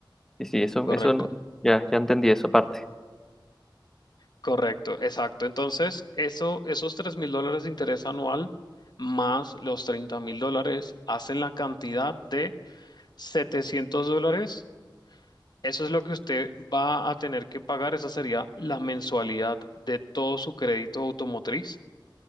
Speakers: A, in the centre; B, on the left.
A: Sí, sí, eso,
B: Correcto,
A: eso no- ya, ya entendí esa parte.
B: correcto, exacto. Entonces, eso, esos 3 mil dólares de interés anual más los treinta mil dólares hacen la cantidad de setecientos dólares Eso es lo que usted va a tener que pagar, esa sería la mensualidad de todo su crédito automotriz.